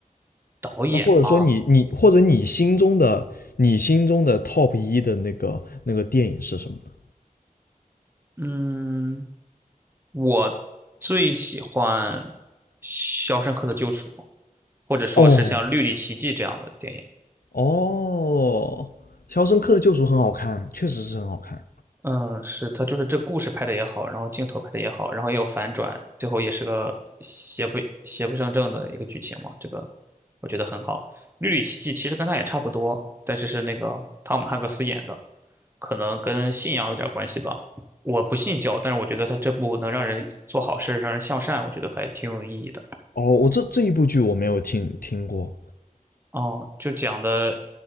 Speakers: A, on the right; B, on the left.
A: 导演嘛，
B: 那或者说你你或者你心中的你心中的 top 一的那个那个电影是什么呢？
A: 嗯，我最喜欢《肖申克的救赎》，或者说是像《绿里奇迹》这样的电影。
B: 哦哦，《肖申克的救赎》很好看，确实是很好看。
A: 嗯，是他就是这故事拍的也好，然后镜头拍的也好，然后也有反转，最后也是个邪不邪不胜正的一个剧情嘛，这个我觉得很好。《绿里奇迹》其实跟他也差不多，但是是那个汤姆汉克斯演的。可能跟信仰有点关系吧。我不信教，但是我觉得他这部能让人做好事，让人向善，我觉得还挺有意义的。
B: 哦，我这这一部剧我没有听听过。
A: 哦，就讲的